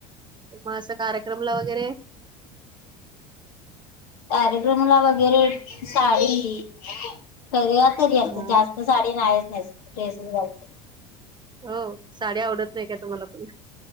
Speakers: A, on the right; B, on the left.
A: मग असं कार्यक्रमला वगैरे?
B: कार्यक्रमला वगैरे साडी <unintelligible> असत
A: हा
B: जास्त साडी नाहीच नेसत ड्रेसच घालते.
A: हो साड्या आवडत नाही का तुम्हाला पण